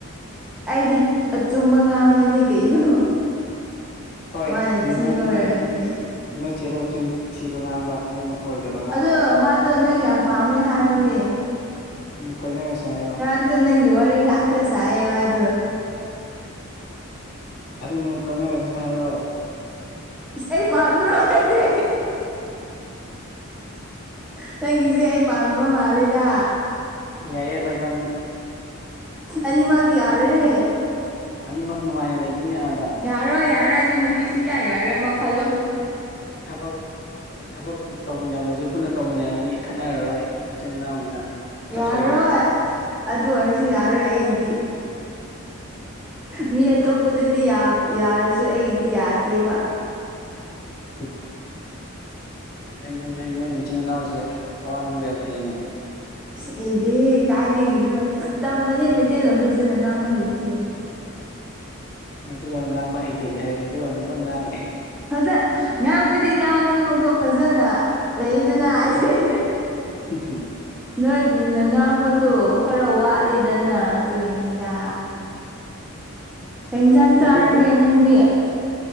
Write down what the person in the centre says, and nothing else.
ꯑꯩꯗꯤ ꯑꯆꯨꯝꯕ ꯉꯥꯡꯕꯅꯤ ꯀꯩꯅꯣ
ꯃꯥꯅ
ꯊꯤꯕ ꯑꯣꯏꯔꯝꯅꯤ
ꯑꯗꯣ ꯃꯥꯗꯣ ꯅꯪ ꯌꯥꯝ ꯄꯥꯝꯃꯦ ꯍꯥꯏꯕꯅꯦ
ꯅꯪꯗꯣ ꯅꯪꯒꯤ ꯋꯥꯔꯤ ꯉꯥꯛꯇ ꯁꯥꯏ ꯃꯥꯗꯣ
ꯑꯩ ꯄꯥꯝꯗ꯭ꯔꯣ ꯈꯩꯁꯦ ꯅꯪꯒꯤꯁꯦ ꯑꯩ ꯄꯥꯝꯅꯕ ꯃꯥꯜꯂꯦꯗ
ꯏꯅꯤꯃꯒꯗꯤ ꯌꯥꯔꯦꯦ
ꯌꯥꯔꯣꯏ ꯌꯥꯔꯣꯏ ꯑꯅꯤꯃꯛꯗꯤꯁꯨ ꯌꯥꯏ ꯌꯥꯔꯣꯏ ꯃꯈ ꯈꯜꯂꯣ
ꯌꯥꯔꯣꯏ
ꯑꯗꯨ ꯑꯣꯏꯔꯁꯨ ꯌꯥꯔꯣꯏ ꯑꯩꯗꯤ ꯃꯤ ꯑꯇꯣꯞꯄꯗꯗꯤ ꯌꯥꯔꯁꯨ ꯑꯩꯗꯤ ꯌꯥꯗꯦꯕ
ꯏꯁ ꯑꯩꯗꯤ ꯀꯥꯏꯗꯒꯤꯅꯣ ꯇꯝꯕꯅꯦ
ꯃꯩꯇꯩꯂꯣꯟꯣꯟ ꯐꯖꯅ ꯉꯥꯡꯕ ꯍꯩꯇꯦ
ꯐꯖ ꯉꯥꯡꯕꯨꯗꯤ ꯉꯥꯡꯉꯅꯤꯕꯀꯣ ꯐꯖꯅ ꯂꯩꯗꯅ ꯑꯩ
ꯅꯣꯏꯒꯨꯝꯅ ꯉꯥꯡꯕꯗꯣ ꯈꯔ ꯋꯥꯠꯂꯤꯗꯅ ꯑꯗꯨ ꯏꯅꯤꯗ ꯀ ꯌꯦꯟꯁꯥꯡ ꯆꯥꯔꯒꯦ
ꯅꯪꯗꯤ